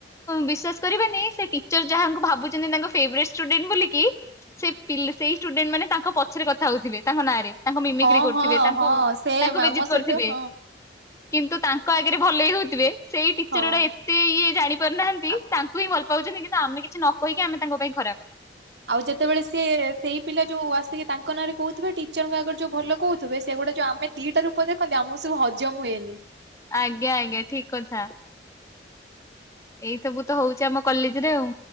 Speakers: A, on the left; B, on the right.
A: ବିଶ୍ଵାସ କରିବେନି ସେ ଟିଚର ଯାହାଙ୍କୁ ଭାବୁଛନ୍ତି ତାଙ୍କ ଫେଭରାଇଟ ଷ୍ଟୁଡେଣ୍ଟ ବୋଲି କି ସେ ପି ସେଇ ଷ୍ଟୁଡେଣ୍ଟ ମାନେ ତାଙ୍କ ପଛରେ କଥା ହଉଥିବେ ତାଙ୍କ ନାଁ ରେ। ତାଙ୍କ ମିମିକିର
B: ହଁ
A: କରୁଥିବେ
B: ହଁ
A: ତାଙ୍କୁ
B: ହଁ ସେମ୍
A: ତାଙ୍କୁ ବେଜିତ୍
B: ଆମ ସହିତ
A: କରୁଥିବେ
B: ହଁ
A: କିନ୍ତୁ ତାଙ୍କ ଆ ଭଲେଇ ହୋଉଥିବେ ସେଇ ଟିଚର
B: ହଁ।
A: ଗୁଟା ଏତେ ଇଏ ଜାଣି ପାରୁନାହାନ୍ତି
B: ଆ
A: ତାଙ୍କୁ ହିଁ ଭଲ ପାଉଛନ୍ତି କିନ୍ତୁ ଆମେ କିଛି ନ କହିକି ଆମେ ତାଙ୍କ ପାଇଁକି ଖରାପ।
B: ଆଉ ଯେତେବେଳେ ସିଏ ସେଇ ପିଲା ଯୋଉ ଆସିକି ତାଙ୍କ ନାଁରେ କହୁଥିବେ ଟିଚରଙ୍କ ଆଗରେ ଯୋଉ ଭଲ କହୁଥିବେ ସେ ଗୋଟେ ଯଉ ଆେ ଦିଟା ରୂପ ଦେଖନ୍ତି ଆମର ସବୁ ହଜମ ହୁଏନି।
A: ଆଜ୍ଞା ଆଜ୍ଞା ଠିକ କଥା। ଏଇ ସବୁ ତ ହଉଛି ଆମକୁ କଲେଜରେ ଆଉ